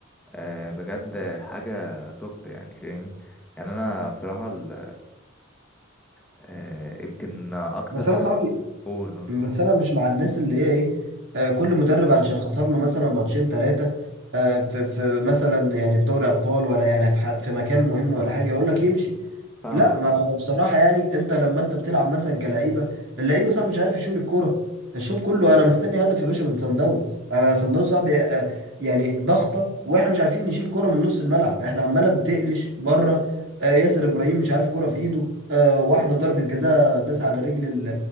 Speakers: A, in the centre; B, on the right.
A: آه، بجد حاجه توب يعني فاهمني يعني انا بصراحه ال- آه، يمكن اكتر
B: بس انا
A: فرق
B: صاحبي
A: قول قول.
B: بس انا مش مع الناس اللي هي ايه آه، كل مدرب علشان خسر له مثلا ماتشين ثلاثه في في مثلا يعني في دوري ابطال ولا يعني في ح- في مكان مهم ولا حاجه يقول لك يمشي
A: فاهمك
B: لا ما
A: اه
B: بصراحه يعني انت لما انت بتلعب مثلا كلعيبه اللعيبه صعب مش عارف يشيل الكوره الشوط كله انا مستني هدف يا باشا من سان داونز انا سان داونز صعب آه، يعني ضغطه واحنا مش عارفين نشيل كوره من نص الملعب احنا عماله بتقلش بره آه، ياسر ابراهيم مش عارف كوره في ايده آه، واحده ضربه جزاء داس على رجل